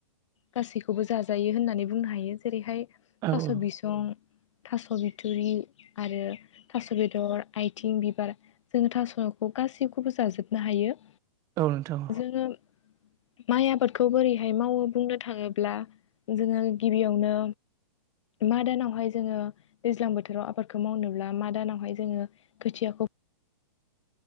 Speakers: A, on the left (about 60°); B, on the right (about 20°).
A: गासैखौबो जाजायो होननानै बुंनो हायो जेरैहाय
B: औ
A: थास
B: औ
A: बिसं थास' बिथुरि आरो थास' बेदर, आथिं, बिबार जोङो थासखौ गासैखौबो जाजोबनो हायो।
B: औ नोंथां
A: जोङो माइ आबादखौ बोरैहाय मावो बुंनो थाङोब्ला जोङो गिबियावनो मा दानावहाय जोङो दैज्लां बोथोराव आबादखौ मावनोब्ला मा दानावहाय जोङो खोथियाखौ